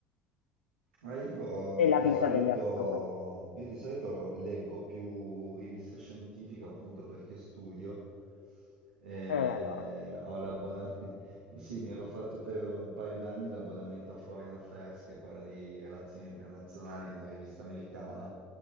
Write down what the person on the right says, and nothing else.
Eh, io
di
solito,
io di solito leggo più riviste scientifiche appunto perché studio. Eh,
ho l'abbonamento, <laughs> eh sì, mi ero fatto per un paio d'anni l'abbonamento a Foreign Affairs che parla di relazioni internazionali, una rivista americana